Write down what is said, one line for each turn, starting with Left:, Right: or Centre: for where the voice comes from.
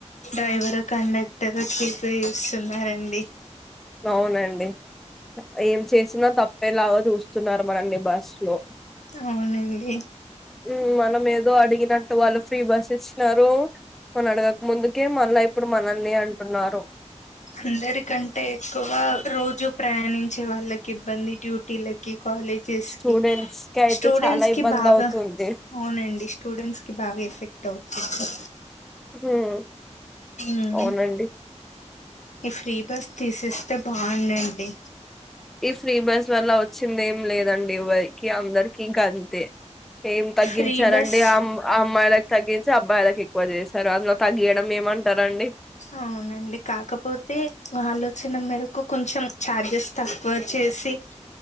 Left: డ్రైవర్ కండక్ట్ బట్ట పోయి చూస్తున్నారండి
Centre: అవునండి ఏం చేసినా తప్పేలాగా చూస్తున్నారు మనల్ని బస్సు లో
Left: అవునండి
Centre: ఉమ్ మనం ఏదో అడిగినట్టు వాళ్ళు ఫ్రీ బస్ ఇచ్చినారు మన అడగక ముందుకే మళ్ళా ఇప్పుడు మనల్ని అంటున్నారు
Left: అందరి కంటే ఎక్కువ రోజు రోజు ప్రయాణించే వాళ్ళకి ఇబ్బంది డ్యూటీలకి కాలేజెస్
Centre: స్టూడెంట్స్
Left: కి
Centre: కి అయితే
Left: స్టూడెంట్స్
Centre: చాలా ఇబ్బంది
Left: కి బాగా
Centre: అవుతుంది
Left: అవునండి స్టూడెంట్స్ కి బాగా ఎఫెక్ట్ అవుతుంది
Centre: ఉమ్
Left: ఉమ్,
Centre: అవునండి
Left: ఈ ఫ్రీ బస్ తీసిస్తే బాగుందండి
Centre: ఈ ఫ్రీ బస్ వల్ల వచ్చింది లేదండి ఎవరికి అందరికి ఇంకా అంతే ఏం తగ్గించారండి
Left: ఫ్రీ బస్
Centre: ఆమ్ ఆ అమ్మాయిల తగ్గించి అబ్బాయిలకు ఎక్కువ చేశారు అందులో తగ్గియడం ఏమంటారండి
Left: అవునండి కాకపోతే ఆలోచన మేరకు కొంచెం చార్జెస్ తక్కువ చేసి